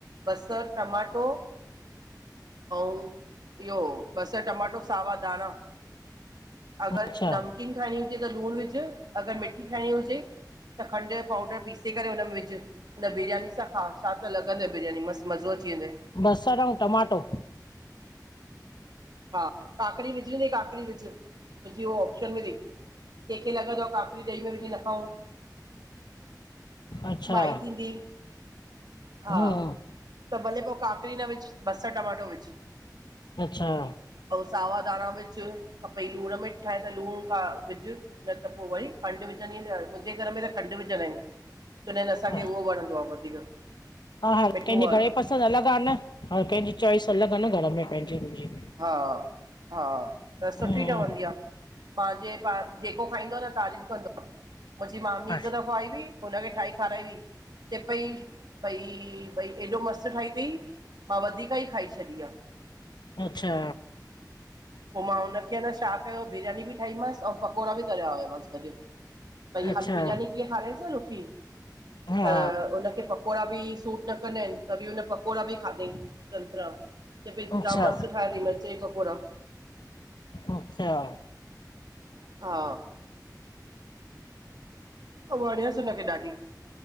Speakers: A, on the right; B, on the left.
A: बसरुि, टमाटो ऐं इहो बसरि, टमाटो सावा गा्रा अगर
B: अच्छा
A: नमकीन खाईंड़ी हुजे त् लूण वि विझ, अगरि मिठी ठाहिणी हुजे त खंडु जो पाउडर पीसे करे हुन में विझु। हुन बिरयानी सां खाउ छा त लॻंद बिरयानी, मस्तु मज़ो अची वेंदइ।
B: बसरु ऐं टमाटो?
A: हा काकड़ी विझींदी काकड़ी विझ जी उो ऑप्शन में थी। कंहिंखे लॻंदो आहे, काकड़ी द्ही में विझी न खाऊं।
B: अच्छा
A: वाई थींदी? हा।
B: हम्म
A: त भले पोइ काकड़ी न विझ, बसर टमाटो विझ।
B: अचछा
A: ऐं सावा धाणा विझ खपई लूण में ठाहे त लूणु विझु न त पोइ वरी खंडु विझंदी न मुंहिंजे घर में त खंडु विझंदा आहिन। चवंदा आहिनि। असांखे
B: हा
A: उहो वणंदो आहे वधीक,
B: हर
A: मिठो
B: कंहिंजी
A: वारो।
B: घणे अलॻि आहे न, हर कंहिंजी चॉइस अलॻि आहे न घर में, पंहिंजी-मुंहिंजी।
A: हा हा त सुठी
B: हम्म
A: ठवंदी आ। माहिंजे पाहिंजे पा जेको खाईंदो न तारीफ़ु कंदो, मुंहिंजी मामी हिकु
B: अच्छा
A: दफ़ो आई हुई। हुनखे ठाहे खाराई हुई, चे पई भई -भई एॾो मस्तु ठाही अ ति मां वधीक ई खाई छॾी आ।
B: अच्छा
A: पो मां हुनखे अन छा कयो बिरयानी बि ठाहीमांस, ऐं पकोड़ा बि तरया हुयामसि गॾु। भईया
B: अच्छा
A: खाली बिरयानी कीअ खा रे स रुखी।
B: हा
A: त उनखे पकोड़ा बि सूट न कंदा आहिनित बि उन पकोड़ा बि खाधई। संतरा चए पई
B: अच्छा
A: मस्त ठाती मिर्चाई पकोड़ा।
B: अच्छा
A: हा वणयासि हुनखे ॾाढी।